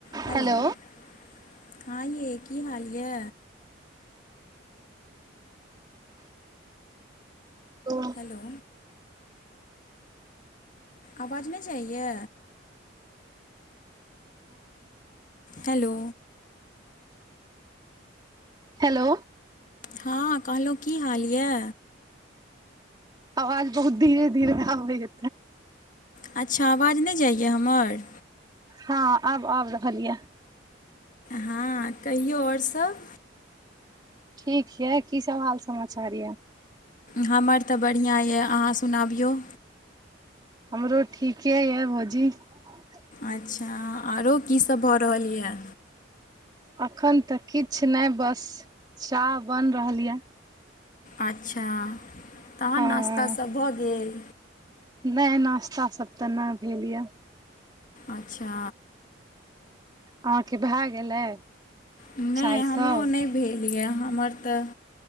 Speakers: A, on the left; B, on the right.
A: हेलोखालिकिहाल
B: Hello
A: ये
B: ओ
A: hello आवाज नहि जाइए हेलो
B: हेलो
A: हँ कहलहुँ की हाल यऽ।
B: आवाज बहुत धीरे धीरे आबय ये
A: अच्छा आवाज नहि जाइए हमर।
B: हँ आब आबि रहल यऽ।
A: हँ कहियौ आओर सभ
B: ठीकछैकी सब हाल समाचार ये।
A: हमर तऽ बढ़िआँ यऽ अहाँ सुनाबियौ।
B: हमरो ठीके यऽ भौजी। ओ
A: अच्छा आरो कीसभ भऽ रहल यए।
B: अखन तऽ किछु नहि बस चाह बन रहल ये।
A: अच्छा तहन
B: हँ
A: नास्ता सब भऽ गेल।
B: नहि नाास्ता सब तऽ नहि भेल यऽ
A: अच्छा।
B: अहाँके भए गेलै
A: नहि
B: चाय
A: हमरो
B: स-ब
A: नहि भेल यऽ हमर तऽ-